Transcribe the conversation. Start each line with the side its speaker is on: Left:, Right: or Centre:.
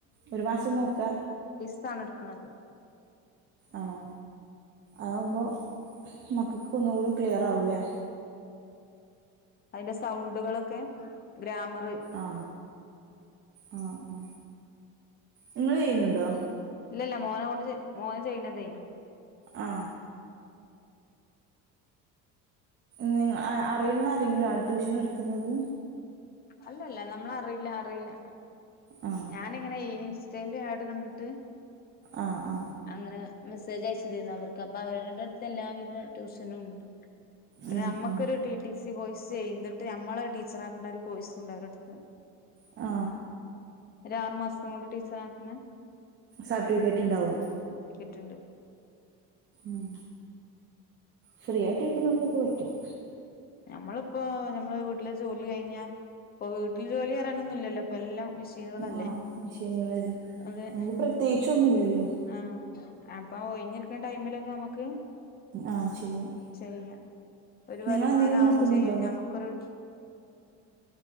Right: ഒരു മാസം നോക്കാം
Left: ണ് എടുക്കണുന്നത്
Right: ആണോ അ അപ്പോ മ ഇന്ക് ഒന്നു കൂടി ക്ലിയർ ആവൂലെ
Left: അയിന്റെ സൗണ്ടുകൾ ഒക്കെ ഗ്രാമർ
Right: ആ ആ ആ നിങ്ങള് ചെയ്യുന്നുണ്ടോ
Left: ഇല്ലല്ലാ മോനെ കൊണ്ട് മോന് ചെയ്യുന്നത്
Right: ആ ണിങ്ങനെ അറിയുന്ന ആരെങ്കിലും ആണോ ട്യൂഷൻ ഇട്ക്കുന്നത്
Left: അല്ലല്ല നമ്മളെ അറിയില്ല
Right: ആ
Left: ഞാനിങ്ങനെ ഇൻസ്റ്റയിൽ ആഡ് കണ്ടിട്ട്
Right: ആ ആ
Left: അങ്ങനെ മെസ്സേജ് അയച്ചദയ്ഞ്ഞു അവർക്ക് അപ്പൊ അവരുടെ അടുത്ത് എല്ലാവിധ ട്യൂഷനും ഉണ്ട് പിന്നെ
Right: ഉം
Left: നമ്മക്ക്
Right: ഉം
Left: ഒരു ടി ടി സി കോയ്‌ ചെയ്‌തിട്ട് നമ്മളെ ഒരു ടീച്ചർ ആക്ക്ണാരു കോഴ്സും ഉണ്ട് അവരെ അടുത്ത്
Right: ആ
Left: ആറ്മാസം കൊണ്ട് ടീച്ചർ ആക്ക്ണെ
Right: സർട്ടിഫിക്കറ്റ് ഉണ്ടാവും
Left: ട്ടുണ്ട്
Right: മ് ഫ്രീ ആയിട്ട് ഇരിക്കുന്നോർക്ക് ഒക്കെ പറ്റും
Left: നമ്മളിപ്പൊ നമ്മളെ വീട്ടിലെ ജോലി കഴിഞ്ഞ ഇപ്പൊ വീട്ടില് ജോലി പറയാനൊന്നും ഇല്ലല്ലോ ഇപ്പൊ എല്ലാം മെഷീനുകളല്ലേ
Right: ആ മിഷീനുകള്
Left: അതെ
Right: നമ്മക്ക് പ്രതേകിച്ചു ഒന്നും ഇല്ലല്ലോ
Left: ആഹ് അപ്പൊ ഒഴിഞ്ഞു ഇരിക്ക്ണ്ട ടൈംമിൽ ഒക്കെ നമ്മക്ക്
Right: ആ ചെയ്യാം
Left: ചെയ്യാ ഒരു
Right: നിങ്ങൾ
Left: വരുമാനം
Right: എന്തെങ്കിലും
Left: ആവും
Right: നോക്കുന്നുണ്ടോ
Left: ചെയ്യും ഞമ്മക്ക് ഒരു